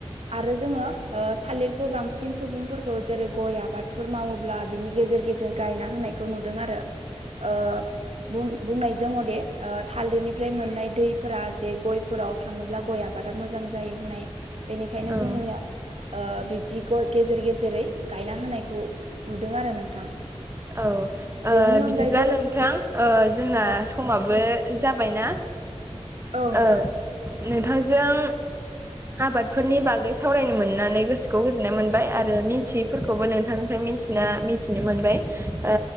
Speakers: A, on the right; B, on the right.
A: आरो जोङो ओ थालिरखौ बांसिन सुबुंफोरखौ जेरै गय आबाद फोर मावोब्ला बिनि गेजेर-गेजेर गायना होनायखौ नुदों आरो ओ बुन बुंनाय दङ दे ओ थालिरनिफ्राय मोननाय दैफोरा जे गयफोराव थाङोब्ला गय आबादा मोजां जायो होननाय बेनिखायनो
B: औ
A: जोंनियाव ओ बिबदि गय गेजेर गेजेरै गायना होनायखौ नुदों आरो नोंथां।
B: औ
A: बेनि अनगायैबो
B: बिदिब्ला ओ नोंथां ओ जोंना
A: औ
B: समाबो जा जाबाय ना।
A: औ नोंथां
B: ओ नोंथांजों आबादफोरनि बागै सावरायनो मोननानै गोसोखौ गोजोननाय मोनबाय आरो मिथि फोरखौबो नोंथांनिफ्राय मिथिना मिथिनो मोनबाय। ओ